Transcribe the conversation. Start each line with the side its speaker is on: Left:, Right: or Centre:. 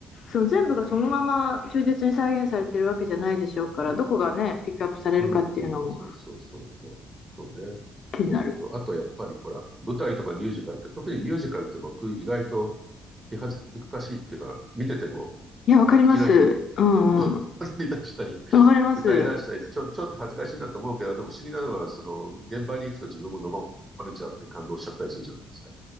Left: その全部がそのまま忠実に再現されてるわけじゃないでしょうから、どこがね、ピックアップされるかっていうのも
Right: うん、うん、そうそうそうそう。そうね。
Left: 気になる。
Right: そう、あとやっぱりほら、舞台とかミュージカルって、特にミュージカルって僕意外と気恥ずかしいっていうか、見てても
Left: いや、わかります。
Right: いきなり
Left: うんうん。
Right: <laughs> 踊り出したり、
Left: わかります。
Right: 歌い出したりって、ちょ、ちょっと恥ずかしいなと思うけど、でも不思議なのは、その、現場に行くと自分も飲まれちゃって感動しちゃったりするじゃないですか。